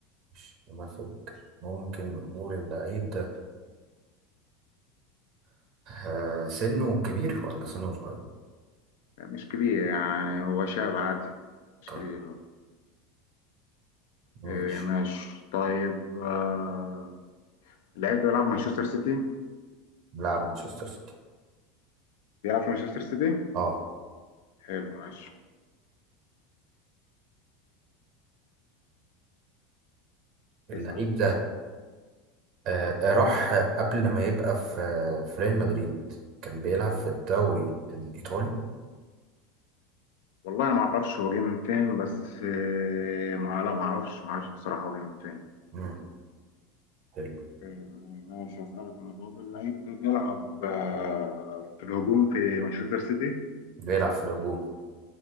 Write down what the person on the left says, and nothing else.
لا، مش كبير يعني هو شاب عادي مش
كبير لا
إيه ماشي طيب آه... اللاعب ده بيلعب مانشستر سيتي
بيلعب في مانشستر سيتي
حلو ماشي
اسأل بقى
والله انا ما اعرفش هو جه من فين بس إيه ما لا ما اعرفش ما اعرفش بصراحة هو جه من فين
إيه ماشي اسألك انا طب اللعيب ده بيلعب آه... في الهجوم في مانشستر سيتي